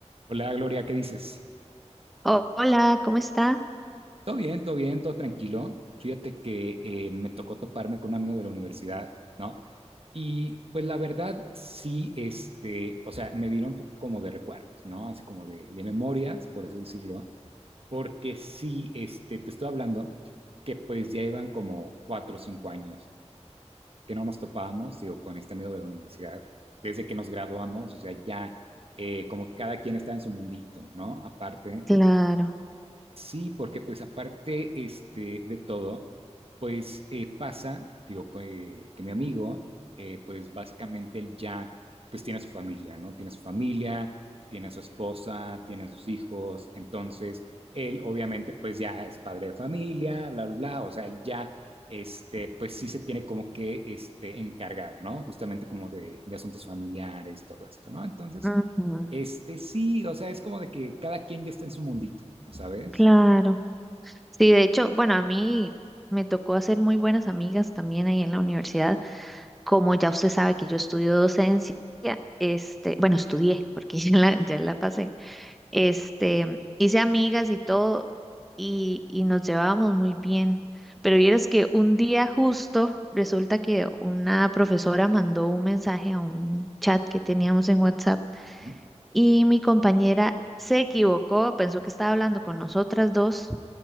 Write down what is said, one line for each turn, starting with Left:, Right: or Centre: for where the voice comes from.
Right: Hola Gloria, ¿qué dices?
Centre: Ho- Hola, ¿cómo está?
Right: Todo bien, todo bien, todo tranquilo. Fíjate que eh, me tocó toparme con un amigo de la universidad, ¿no? Y pues la verdad sí, este, o sea, me vino un poco como de recuerdos, ¿no? Así como de, de memorias, por así decirlo, porque sí, este, te estoy hablando que pues ya iban como cuatro o cinco años que no nos topábamos, digo, con este amigo de la universidad, desde que nos graduamos, o sea, ya eh, como que cada quien está en su mundito, ¿no? Aparte
Centre: Claro,
Right: Sí, porque pues aparte este, de todo, pues eh, pasa, digo, co- eh, que mi amigo, eh, pues básicamente él ya, pues tiene a su familia, ¿no? Tiene a su familia, tiene a su esposa, tiene a sus hijos, entonces él obviamente pues ya es padre de familia, bla, bla, bla, o sea, él ya, este, pues sí se tiene como que, este, encargar, ¿no? Justamente como de, de asuntos familiares, todo esto, ¿no? Entonces,
Centre: ujú,
Right: este, sí, o sea, es como de que cada quien ya está en su mundito. ¿Sabes?
Centre: claro. Sí, de hecho, bueno, a mí me tocó hacer muy buenas amigas también ahí en la universidad. Como ya usted sabe que yo estudio docencia, este, bueno, estudié porque <laughs> ya la, ya la pasé. Este, hice amigas y todo y, y nos llevábamos muy bien.
Right: Ujú,
Centre: Pero vieras que un día justo resulta que una profesora mandó un mensaje a un chat que teníamos en WhatsApp
Right: ujú,
Centre: y mi compañera se equivocó, pensó que estaba hablando con nosotras dos